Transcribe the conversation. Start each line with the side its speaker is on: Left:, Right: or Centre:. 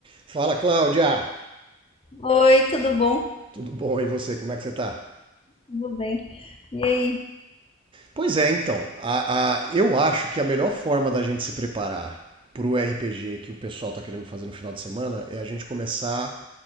Right: Fala, Cláudia!
Left: Oi, tudo bom?
Right: Tudo bom? E você, como é que você tá?
Left: Tudo bem. E aí?
Right: Pois é, então, a- a- eu acho que a melhor forma da gente se preparar pro RPG que o pessoal tá querendo fazer no final de semana é a gente começar